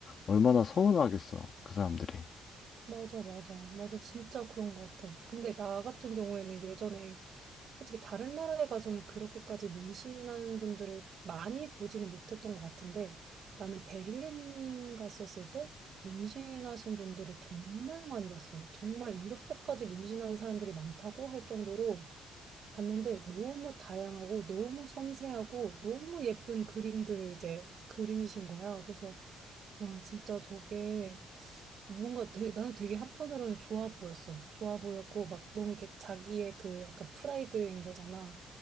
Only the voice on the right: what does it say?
맞아, 맞아. 맞아. 진짜 그런 것 같아. 근데 나 같은 경우에는 예전에 솔직히 다른 나라에 가서는 그렇게까지 문신하는 분들을 많이 보지는 못했던 것 같은데 나는 베를린 갔었을 때 문신하신 분들을 정말 많이 봤어. 정말 이렇게까지 문신하는 사람들이 많다고 할 정도로 봤는데 너무 다양하고 너무 섬세하고 너무 예쁜 그림들을 이제 그리신 거야. 그래서 와 진짜 저게 뭔가 되게, 나는 되게 한편으로는 좋아 보였어. 좋아 보였고 막 너무 이렇게 자기의 그 약간 프라이드인 거잖아.